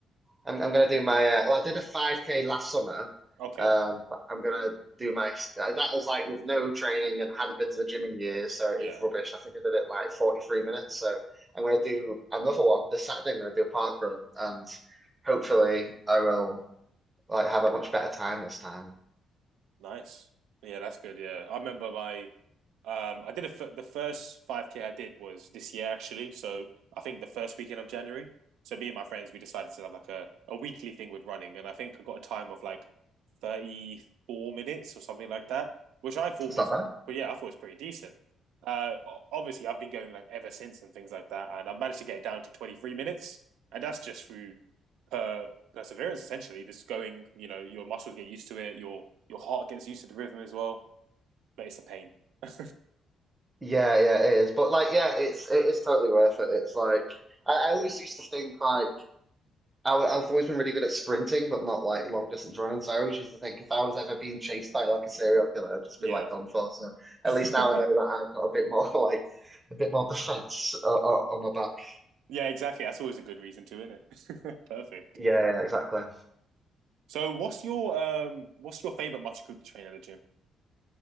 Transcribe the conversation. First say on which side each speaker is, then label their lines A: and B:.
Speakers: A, on the right; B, on the right.
A: I'm I'm gonna do my uh, well, I did a 5K last summer,
B: Okay,
A: um, but I'm gonna do my uh, that was like with no training and hadn't been to the gym in years, so it
B: yeah,
A: was rubbish. I think I did it in like 43 minutes. So I'm gonna do another one this Saturday. I'm gonna do a park run, and hopefully I will like have a much better time this time.
B: nice. Yeah, that's good. Yeah, I remember my Um, I did a the first 5K I did was this year actually. So I think the first weekend of January. So me and my friends we decided to have like a, a weekly thing with running, and I think I got a time of like 34 minutes or something like that, which I thought
A: It's
B: was
A: not bad.
B: but yeah I thought was pretty decent. Uh, obviously I've been going like ever since and things like that, and I've managed to get it down to 23 minutes, and that's just through per perseverance essentially. Just going, you know, your muscles get used to it, your your heart gets used to the rhythm as well, but it's a pain. <laughs>
A: Yeah, yeah, it is. But like, yeah, it's it is totally worth it. It's like I, I always used to think like. I, w- I've always been really good at sprinting, but not like long distance running. So I always used to think if I was ever being chased by like a serial killer, I'd just
B: Yeah.
A: be like done for. So at
B: <laughs>
A: least now I know that I've got a bit more <laughs> like a bit more defense uh, uh, on my back.
B: Yeah, exactly. That's always a good reason to, isn't it? <laughs> Perfect.
A: Yeah, yeah, exactly.
B: So what's your um what's your favorite muscle group to train at the gym?